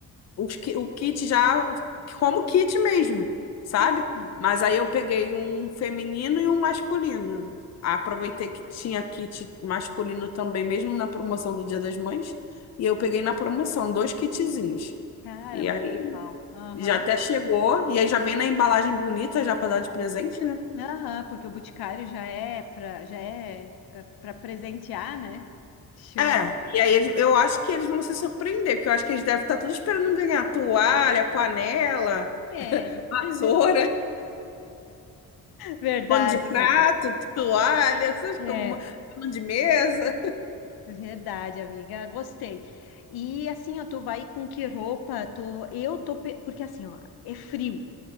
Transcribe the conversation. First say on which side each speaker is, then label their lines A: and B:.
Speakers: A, on the left; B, on the left.
A: os ki- o kit já como kit mesmo,
B: sim,
A: sabe? Mas
B: sim.
A: aí eu peguei um feminino e um masculino. Aproveitei
B: sim.
A: que tinha kit masculino também, mesmo na promoção do Dia das Mães, e eu peguei na promoção dois kitzinhos.
B: Cara,
A: E
B: matou
A: aí
B: pau. Aham.
A: já até chegou, e aí já vem na embalagem bonita já para dar de presente, né?
B: Aham, porque o Boticário já é pra, já é é, pra presentear, né? Show.
A: É, e aí eles- eu acho que eles vão se surpreender, porque eu acho que eles devem estar tudo esperando ganhar toalha, panela,
B: É.
A: vassoura.
B: <laughs> Verdade,
A: Pano de prato,
B: verdade.
A: <laughs> toalha, essas
B: É.
A: como pano de mesa.
B: Verdade, amiga, gostei. E assim, ó, tu vai com que roupa? Tu... Eu tô. pe- Porque assim, ó, é frio,